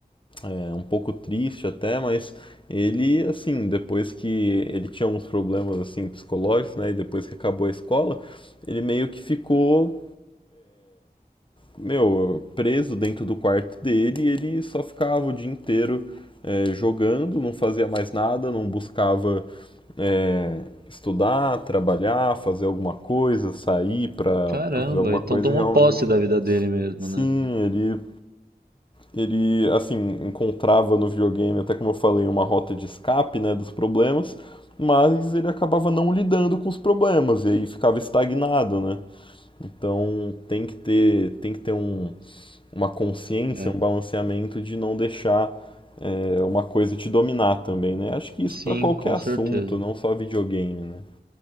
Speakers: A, on the left (about 30°); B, on the right (about 70°).
A: é um pouco triste até, mas ele, assim, depois que ele tinha alguns problemas, assim, psicológicos, né? E depois que acabou a escola, ele meio que ficou, meu, preso dentro do quarto dele e ele só ficava o dia inteiro é, jogando, não fazia mais nada, não buscava é, estudar, trabalhar, fazer alguma coisa, sair para
B: caramba.
A: pra fazer alguma
B: Então
A: coisa,
B: tomou
A: realmente.
B: posse da vida dele mesmo,
A: Sim,
B: né?
A: ele, ele, assim, encontrava no videogame, até como eu falei, uma rota de escape, né, dos problemas, mas ele acabava não lidando com os problemas, e aí ficava estagnado, né? Então tem que ter, tem que ter um, uma consciência,
B: É.
A: um balanceamento de não deixar é, uma coisa te dominar também, né? Acho que isso
B: Sim,
A: para qualquer
B: com
A: assunto,
B: certeza.
A: não só videogame, né?